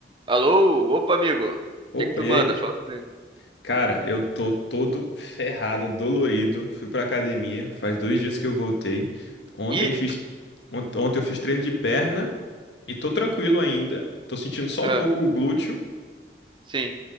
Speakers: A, on the right; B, on the left.
A: Alô? Opa, amigo. O
B: Opa,
A: que que tu
B: e
A: manda?
B: aí?
A: Fala comigo.
B: Cara, eu tô todo ferrado, dolorido. Fui pra academia, faz dois dias que eu voltei. Ontem
A: Ih,
B: fiz, ont- ontem eu fiz treino de perna e tô tranquilo ainda. Tô sentindo só
A: ah,
B: um pouco o glúteo.
A: sim.